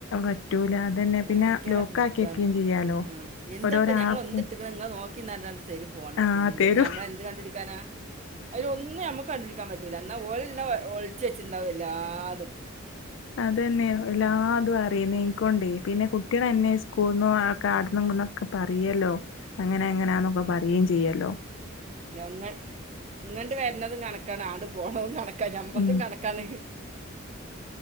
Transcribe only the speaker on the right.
ഭയങ്കര
ബുധാണ്
ആഹ് എന്താപ്പ
ഞങ്ങൾ
എന്തിട്ടെക്കണെ നിങ്ങളെ നോക്കില്ലാണ്ട് തരും ഫോണ്
എന്ത്
ഞമ്മള് എന്ത് കണ്ടുപിക്കാനാ അതിൽ ഒന്നും ഞമ്മക്ക് കണ്ടുപിടിക്കാൻ പറ്റ പറ്റൂല എന്നാ ഓൽ എല്ലാം ഒളിച്ച് വെച്ചിണ്ടവും എല്ലാതും
ഞങ്ങ ഇങ്ങട്ട് വരണതും കണക്കാണ് അങ്ങട് പോണതും കണ ക്ക ഞമ്മക്കും
കണക്കാണ്